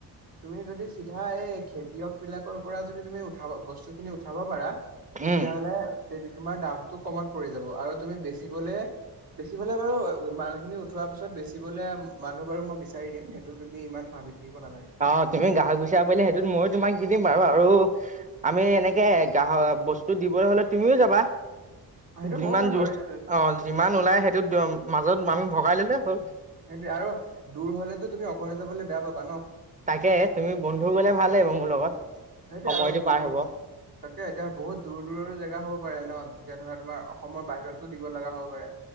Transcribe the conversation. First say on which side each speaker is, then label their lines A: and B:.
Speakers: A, on the right; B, on the right.
A: তুমি যদি চিধা এই খেতিয়ক বিলাকৰ পৰা যদি তুমি উঠাব বস্তু খিনি উঠাব পাৰা তেতিয়াহলে
B: উম,
A: তোমাৰ দামতটো কমত পৰি যাব আৰু তুমি বেচি গলে বেচিবলে বাৰু মানুহখিনি উঠোৱাৰ পিছত বেচিবলৈ মানুহ বাৰু মই বিচাৰি দিম, সেইটো তুমি ইমান ভাবি থাকিব নালাগে
B: অ, তুমি গাহক বিচাৰি পাৰলে সেইটোত ময়ো তোমাক দি দিম বাৰু আৰু আৰু আমি এনেকে গাহ বস্তু দিবলৈ হলে তুমিও যাবা।
A: অ সেইটো
B: যিমান
A: ময়ো যাম
B: জ
A: বাৰু
B: অ,
A: সেইটো
B: যিমান ওলাই সেইটো মাজত আমি ভগাই ললে হ'ল।
A: সেইটোয়ে আৰু দূৰ হলেতো তুমি অকলে যাবলে বেয়া পাবা ন।
B: তাকে তুমি বন্ধু গলে ভাল লাগিব মোৰ লগত।
A: সেইটো
B: সময়টো
A: আৰু
B: পাৰ
A: দূৰ
B: হ'ব
A: তাকে এতিয়া বহুত দূৰ-দূৰৰ জেগা হ'ব পাৰে ন। এতিয়া ধৰা তোমাৰ অসমৰ বাহিৰতো দিব লগা হ'ব পাৰে।